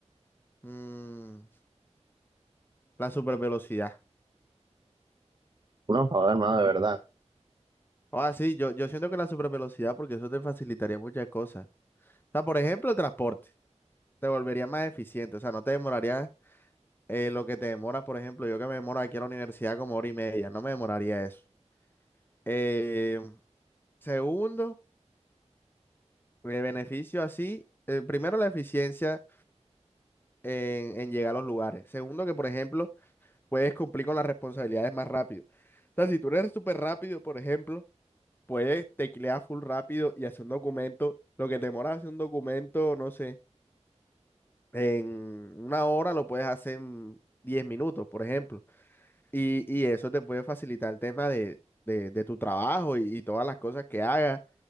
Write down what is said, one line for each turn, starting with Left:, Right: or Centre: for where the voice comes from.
Left: Mm, la supervelocidad.
Right: Uno, joder, hermano, de verdad.
Left: Ah, sí, yo, yo siento que la supervelocidad, porque eso te facilitaría muchas cosas. O sea, por ejemplo, el transporte. Te volvería más eficiente. O sea, no te demoraría eh, lo que te demora, por ejemplo, yo que me demoro aquí a la universidad como hora y media. No me demoraría eso. Eh, segundo, el beneficio así. eh, primero, la eficiencia en, en llegar a los lugares. Segundo, que por ejemplo, puedes cumplir con las responsabilidades más rápido. O sea, si tú eres súper rápido, por ejemplo. puedes teclear full rápido y hacer un documento. Lo que te demoras hacer un documento, no sé, en una hora lo puedes hacer en 10 minutos, por ejemplo. Y, y eso te puede facilitar el tema de, de- de tu trabajo y, y todas las cosas que hagas.